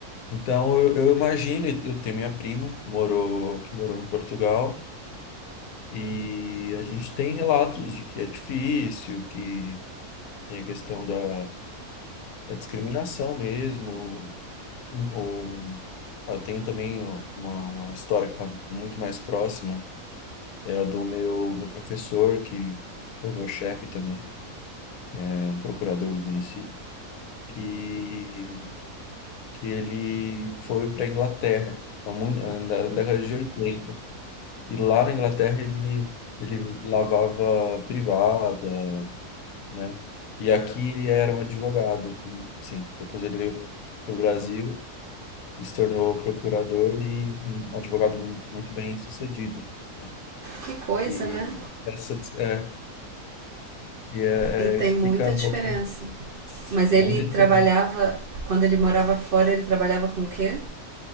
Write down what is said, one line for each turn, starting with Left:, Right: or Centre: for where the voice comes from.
Left: Então, eu, eu imagino, eu tenho minha prima, morou, que morou em Portugal. E a gente tem relatos de que é difícil, que tem a questão da, da discriminação mesmo, ou eu tenho também uma, uma história que está muito mais próxima, era do meu, meu professor, que foi meu chefe também, é um procurador do município, que, que ele foi para a Inglaterra, há mui- na década de oitenta e lá na Inglaterra ele, ele lavava privada, né? E aqui ele era um advogado, sim. Depois ele veio para o Brasil, se tornou procurador e um advogado mu- muito bem sucedido, né?
Right: Que coisa,
Left: E
Right: né?
Left: essa dis- é, e é,
Right: E tem
Left: é, isso
Right: muita
Left: fica um
Right: diferença.
Left: pouco
Right: Mas ele
Left: muita
Right: trabalhava,
Left: diferença.
Right: quando ele morava fora, ele trabalhava com o quê?